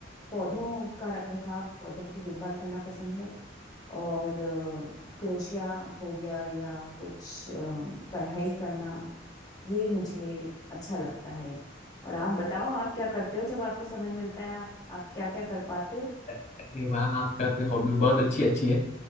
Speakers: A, on the left; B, on the left.
A: पौधों का रख रखाव पौधों की देखभाल करना पसंद है और क्रोशिया हो गया या कुछ अ, कढ़ाई करना ये मुझे अच्छा लगता है और आप बताओ आप क्या करते हो जब आपको समय मिलता है आप आप क्या क्या कर पाते हो
B: अरे वाह आपका तो हॉबी बहुत अच्छी अच्छी है